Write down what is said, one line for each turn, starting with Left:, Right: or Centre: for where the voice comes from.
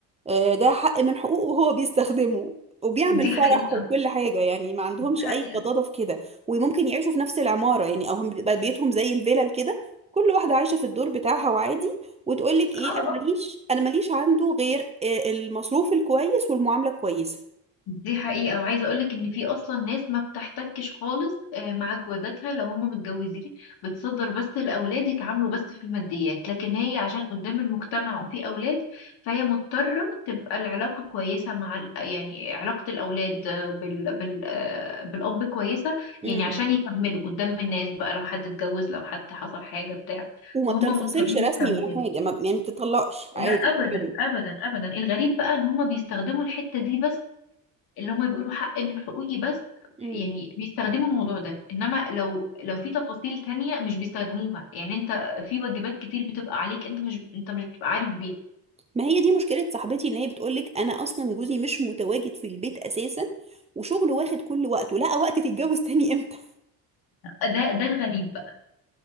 Right: آه، ده حق من حقوقه وهو بيستخدمه وبيعمل
Left: دي
Right: فرح
Left: حقيقه
Right: وكل حاجة يعني ما عندهمش
Left: دي حقيقه
Right: أي غضاضة في كده وممكن يعيشوا في نفس العمارة يعني أو هم بيبقى بيتهم زي الفيلل كده كل واحدة عايشة في الدور بتاعها وعادي وتقول لك إيه
Left: اه
Right: أنا
Left: آه.
Right: ماليش أنا ماليش عنده غير آه، المصروف الكويس والمعاملة الكويسة
Left: دي حقيقة وعايزة اقولك ان في اصلا ناس ما بتحتكش خالص آه، مع جوازاتها لو هم متجوزين بتصدر بس الاولاد يتعاملوا بس في الماديات لكن هي عشان قدام المجتمع وفي اولاد فهي مضطرة تبقى العلاقة كويسة مع ال- يعني علاقة الاولاد آه، بال... بال... آه، بالاب كويسة
Right: امم
Left: يعني عشان يكملوا قدام الناس بقى لو حد اتجوز لو حد حصل حاجة بتاع
Right: وما
Left: فهم
Right: بتنفصلش
Left: مضطرين
Right: رسمي
Left: يكملوا
Right: ولا حاجة ما يعني ما بتطلقش عادي
Left: لا ابدا
Right: بتكمل.
Left: ابدا ابدا الغريب بقى ان هم بيستخدموا الحتة دي بس اللي هم بيقولوا حق من حقوقي بس
Right: مم.
Left: يعني بيستخدموا الموضوع ده انما لو لو في تفاصيل تانية مش بيستخدموها يعني انت في واجبات كتير بتبقى عليك انت مش انت مش بتبقى عارف بيها
Right: ما هي دي مشكلة صاحبتي ان هي بتقولك انا اصلا جوزي مش متواجد في البيت اساسا وشغله واخد كل وقته لقى وقت تتجوز تاني امتى
Left: ده ده الغريب بقى